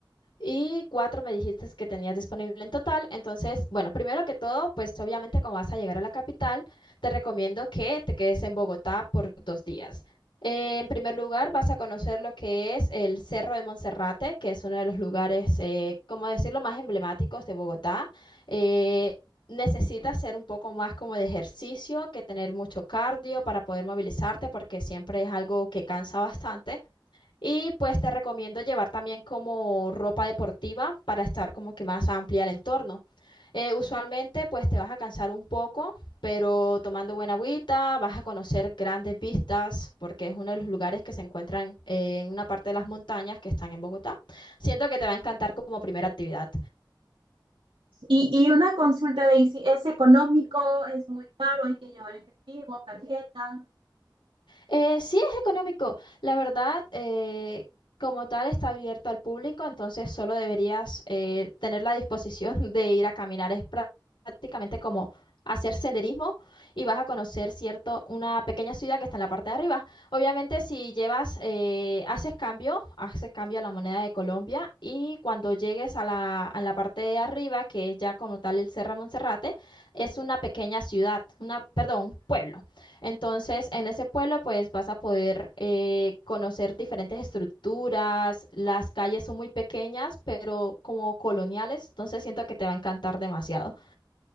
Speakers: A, on the left (about 75°); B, on the right (about 85°).
A: Y cuatro me dijiste que tenías disponible en total. Entonces, bueno, primero que todo, pues obviamente como vas a llegar a la capital, te recomiendo que te quedes en Bogotá por dos días. Eh, en primer lugar, vas a conocer lo que es el Cerro de Monserrate, que es uno de los lugares, eh, como decirlo, más emblemáticos de Bogotá. Eh, necesitas hacer un poco más como de ejercicio, que tener mucho cardio para poder movilizarte, porque siempre es algo que cansa bastante. Y pues te recomiendo llevar también como ropa deportiva para estar como que más amplia el entorno. Eh, usualmente pues te vas a cansar un poco, pero tomando buena agüita vas a conocer grandes vistas porque es uno de los lugares que se encuentran eh, en una parte de las montañas que están en Bogotá. Siento que te va a encantar como primera actividad.
B: Y, y una consulta de si es económico, es muy caro, hay que llevar efectivo, tarjeta.
A: Eh, sí, es económico. La verdad, eh, como tal, está abierto al público, entonces solo deberías eh, tener la disposición <laughs> de ir a caminar. Es prá- prácticamente como hacer senderismo y vas a conocer, cierto, una pequeña ciudad que está en la parte de arriba. Obviamente, si llevas, eh, haces cambio, haces cambio a la moneda de Colombia y cuando llegues a la, a la parte de arriba, que es ya como tal el Cerro Monserrate, es una pequeña ciudad, una, perdón, un pueblo. Entonces, en ese pueblo, pues vas a poder eh, conocer diferentes estructuras. Las calles son muy pequeñas, pero como coloniales, entonces siento que te va a encantar demasiado.